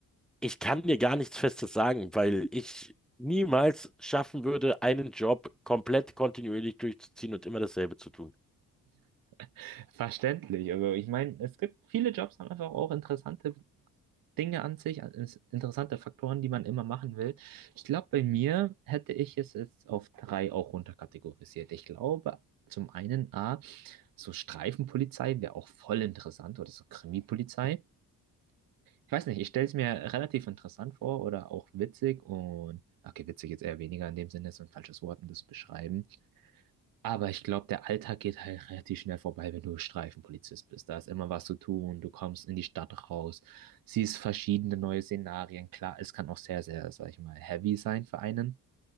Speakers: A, in the centre; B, on the right.
A: Ich kann dir gar nichts Festes sagen, weil ich niemals schaffen würde, einen Job komplett kontinuierlich durchzuziehen und immer dasselbe zu tun.
B: <laughs> Verständlich. Also ich meine, es gibt viele Jobs haben einfach auch interessante Dinge an sich, an- ins- interessante Faktoren, die man immer machen will. Ich glaube, bei mir hätte ich es jetzt auf drei auch runterkategorisiert. Ich glaube, zum einen A, so Streifenpolizei wäre auch voll interessant oder so Krimipolizei. Ich weiß nicht, ich stelle es mir relativ interessant vor oder auch witzig und, okay, witzig jetzt eher weniger in dem Sinne, ist ein falsches Wort, um das zu beschreiben. Aber ich glaube, der Alltag geht halt relativ schnell vorbei, wenn du Streifenpolizist bist. Da ist immer was zu tun, du kommst in die Stadt raus, siehst verschiedene neue Szenarien. Klar, es kann auch sehr, sehr, sag ich mal, heavy sein für einen.